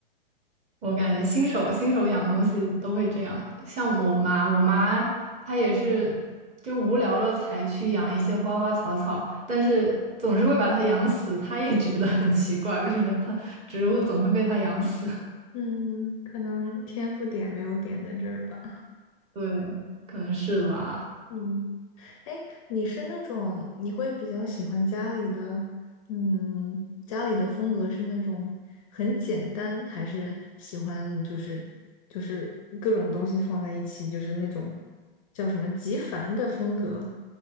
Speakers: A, on the right (about 20°); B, on the left (about 35°).
A: 我感觉新手新手养东西都会这样，像我妈，我妈她也是就无聊了才去养一些花花草草，但是总是会把它养死，她也觉得很奇怪，为什么它植物总会被它养死？
B: 嗯，可能天赋点没有点在这儿吧。
A: <laughs> 对，可能是吧。
B: 嗯，哎，你是那种你会比较喜欢家里的，嗯，家里的风格是那种很简单，还是喜欢就是就是各种东西放在一起，就是那种叫什么极繁的风格？